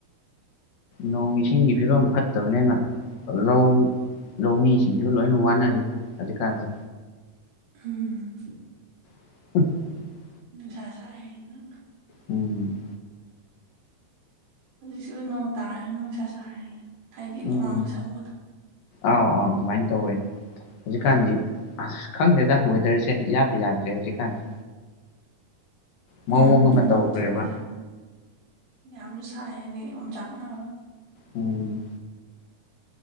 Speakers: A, on the left; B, on the right.
A: ꯅꯣꯡ ꯏꯁꯤꯡꯒꯤ ꯐꯤꯕꯝ ꯐꯠꯇꯕꯅꯤꯅ ꯂꯧ ꯂꯧꯃꯤꯁꯤꯡꯁꯨ ꯂꯣꯏꯅ ꯋꯥꯅꯔꯦꯅꯦ ꯍꯧꯖꯤꯛꯀꯥꯟꯁꯦ
B: ꯎꯝ
A: <unintelligible>
B: ꯅꯨꯡꯁꯥ ꯁꯥꯏꯑꯦꯅ
A: ꯎꯝ
B: ꯍꯧꯖꯤꯛꯁꯨ ꯅꯣꯡ ꯇꯥꯔꯁꯨ ꯅꯣꯡꯁꯥ ꯁꯔꯤꯌꯦ ꯍꯥꯢꯗꯤ
A: ꯎꯝ
B: ꯍꯨꯃꯥꯡꯒ ꯁꯧꯕꯗꯣ
A: ꯑꯥꯎ ꯑꯥꯎ ꯑꯗꯨꯃꯥꯏ ꯇꯧꯋꯦ ꯍꯧꯖꯤꯛꯀꯥꯟꯗꯤ
B: ꯎꯝ
A: ꯑꯁ ꯈꯪꯗꯦꯗ ꯋꯦꯗ꯭ꯔꯁꯦ ꯏꯌꯥꯗ ꯌꯥꯗ꯭ꯔꯦ ꯍꯧꯖꯤꯛꯀꯥꯟꯁꯦ ꯃꯑꯣꯡ
B: ꯎꯝ
A: ꯑꯃ
B: <unintelligible>
A: ꯇꯧꯈ꯭ꯔꯦꯕ
B: ꯌꯥꯝꯁꯨ ꯁꯥꯢ ꯍꯥꯢꯗꯤ ꯑꯣꯢꯆꯥꯛꯅ꯭ꯔꯒ
A: ꯎꯝ